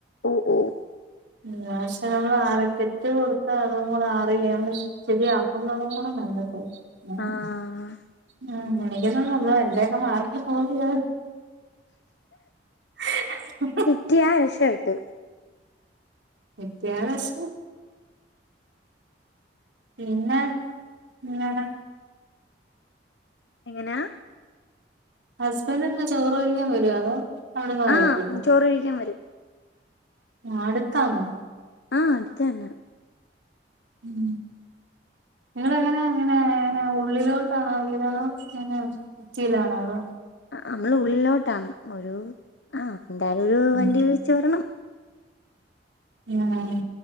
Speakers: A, on the left; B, on the right.
A: ഓഹ് ഓഹ്
B: ങ്ങാ ക്ഷെ നമ്മൾ അരക്കെറ്റ് കൊടുത്താ അതും കൂടെ അറിയ്യാ ശെരിയാക്കുന്നതും കൂടെ മൈനസ്സാവും ഉം
A: ആഹ്
B: ഉം എനിക്കൊന്നും <unintelligible> എന്റെയൊക്കെ മാർക്കിൽ പോയേ ഉ <unintelligible>
A: ട്ടിയാ രക്ഷപ്പെട്ട്
B: കിട്ടിയ രക്ഷ പിന്നെ ഇങ്ങനെ
A: എങ്ങനാ
B: ഹസ്ബന്റിന്ന് ചോറ് കഴിക്കാൻ വരോ അതോ അവിടുന്ന് കഴിക്കോ
A: ആഹ് ചോറ്കഴിക്കാൻ വരും
B: ആഹ് അട്ത്താന്നോ
A: ആഹ് അട്ത്ത്ത്തെന്നെ
B: ഉം നിങ്ങളെങ്ങനാ അങ്ങനെ <unintelligible> ഉള്ളിലോട്ടാണോ വീട് അതോ ഇങ്ങനെ സിറ്റിലാണോ അതോ
A: ആഹ് ആഹ് നമ്മള് ഉള്ളിലോട്ടാണ് ഒരു ആഹ് എന്തായാലൊരു
B: ഉം
A: വണ്ടി വിളിച്ച് വരണം
B: മ്മ്